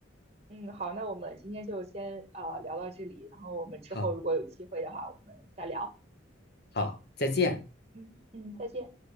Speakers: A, on the right (about 35°); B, on the left (about 55°).
A: 嗯，好，那我们今天就先呃聊到这里，然后我们之后如果有机会的话，
B: 好
A: 我们再聊。
B: 好，再见。
A: 嗯嗯，再见。